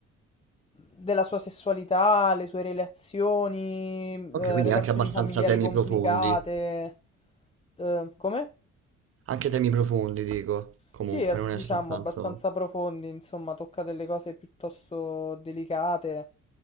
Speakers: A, on the left; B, on the right.
A: della sua sessualità, le sue relazioni, mm,
B: Ok,
A: eh,
B: quindi
A: relazioni
B: anche abbastanza
A: familiari
B: temi
A: complicate.
B: profondi.
A: Eh, come?
B: Anche temi profondi, dico. Comunque,
A: Sì, eh,
B: non è
A: diciamo
B: soltanto...
A: abbastanza profondi, insomma, tocca delle cose piuttosto delicate.